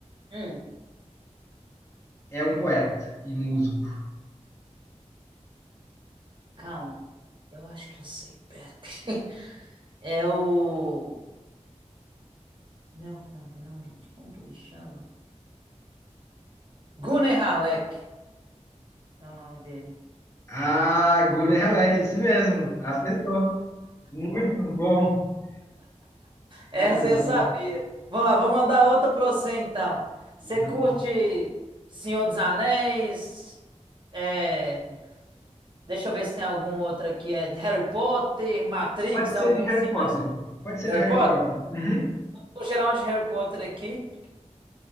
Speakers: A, on the right; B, on the left.
A: hum,
B: é um poeta e músico.
A: calma. Eu acho que eu sei, pera. <laughs> É o. Não, não, não, gente, como que ele chama? Gunnar Halleck é o nome dele.
B: Ah, Gunnar Halleck, isso mesmo. Acertou. Muito bom.
A: Essa
B: Mais
A: eu
B: um.
A: sabia. Vamos lá, vou mandar outra pra você então. Você
B: Mano.
A: curte Senhor dos Anéis? É, Deixa eu ver se tem algum outro aqui. É de Harry Potter, Matrix,
B: Pode
A: algum
B: ser de
A: assim
B: Harry Potter.
A: mais.
B: Pode ser
A: De
B: de
A: Harry
B: Harry
A: Potter?
B: Potter. Uhum.
A: Vou gerar um de Harry Potter aqui.